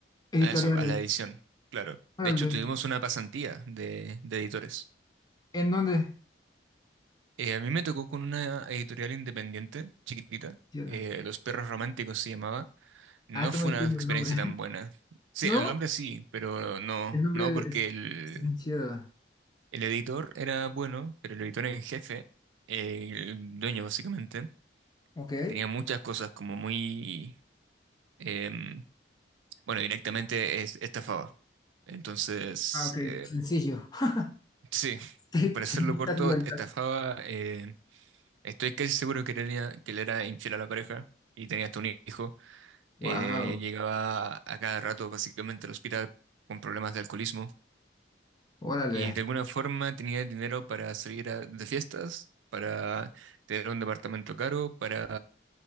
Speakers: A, on the left; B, on the right.
A: editoriales,
B: a eso, a la edición, claro.
A: órale.
B: De hecho, tuvimos una pasantía de, de editores.
A: ¿En dónde?
B: Eh, a mí me tocó con una editorial independiente, chiquitita,
A: Chido.
B: eh, Los Perros Románticos se llamaba. No
A: Ah, está
B: fue
A: muy
B: una
A: fino
B: experiencia
A: el nombre. <laughs>
B: tan buena. Sí,
A: ¿No?
B: el nombre sí, pero no,
A: El nombre
B: no porque
A: es,
B: el,
A: está bien chido.
B: El editor era bueno, pero el editor en jefe, eh, el dueño básicamente,
A: Ok.
B: tenía muchas cosas como muy, em, bueno, directamente es- estafaba. Entonces,
A: Ah, ok,
B: eh,
A: sencillo. <laughs>
B: sí,
A: Sí,
B: para
A: Sin
B: hacerlo
A: muchas
B: corto,
A: vueltas.
B: estafaba, eh, estoy casi seguro que, era- que él era infiel a la pareja y tenía hasta un hijo.
A: Wow,
B: Eh, llegaba a cada rato básicamente al hospital con problemas de alcoholismo.
A: órale.
B: Y de alguna forma tenía el dinero para salir a- de fiestas, para tener un departamento caro, para